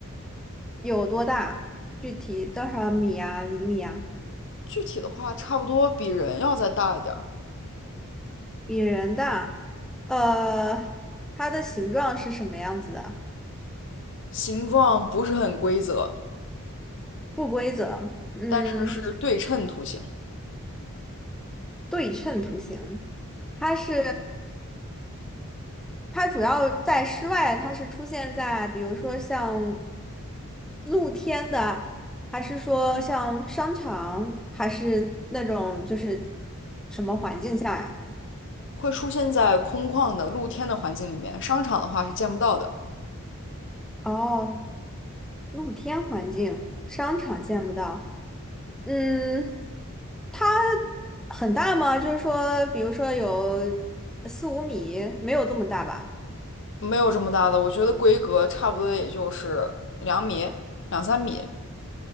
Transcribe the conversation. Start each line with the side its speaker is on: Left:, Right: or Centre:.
Centre: 有多大？具体多少米啊、厘米啊？
Left: 具体的话差不多比人要再大一点儿。
Centre: 比人大。呃，它的形状是什么样子的？
Left: 形状不是很规则，
Centre: 不规则，嗯，
Left: 但是是对称图形，
Centre: 对称图形。它是。它主要在室外，它是出现在比如说像露天的，还是说像商场，还是那种就是什么环境下呀？
Left: 会出现在空旷的露天的环境里面，商场的话是见不到的。
Centre: 哦，露天环境，商场见不到。嗯，它很大吗？就是说，比如说有四五米，没有这么大吧？
Left: 没有这么大的，我觉得规格差不多也就是两米、两三米，